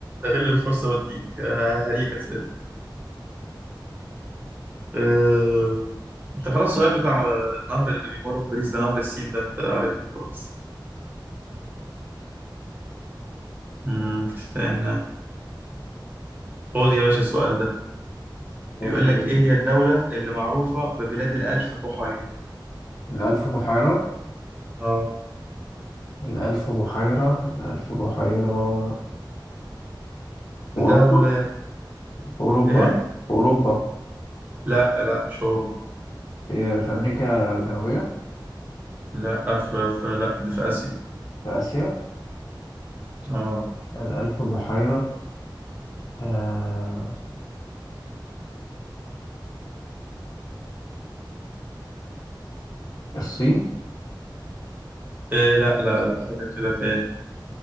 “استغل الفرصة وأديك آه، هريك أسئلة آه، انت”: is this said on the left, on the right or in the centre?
Right